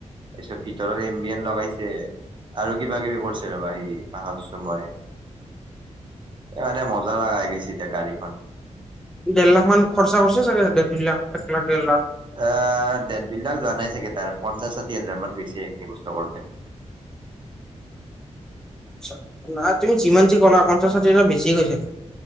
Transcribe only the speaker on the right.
তাৰপিছত ভিতৰত এম বি এন লগাইছে, আৰু কিবা কিবি কৰিছে ৰ'বা সি পাহৰছো মই। এই মানে মজা লগা হৈ গৈছে এতিয়া গাড়ীখন।
এ দেৰ দুই লাখ যোৱা নাই চাগে তাৰ, পঞ্চাচ ষাঠি হাজাৰ মান গৈছে সেই বস্তু কৰোতে।